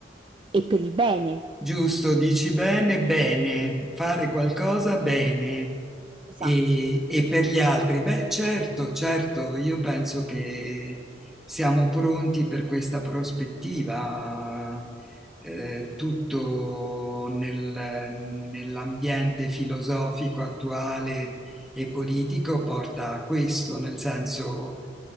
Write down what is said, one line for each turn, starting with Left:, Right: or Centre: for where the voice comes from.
Right: e per il bene.
Centre: Giusto, dici bene, bene, fare qualcosa bene
Right: Esatto.
Centre: e, e per gli altri. Beh, certo, certo, io penso che siamo pronti per questa prospettiva. Eh, tutto nel- nell'ambiente filosofico attuale e politico porta a questo, nel senso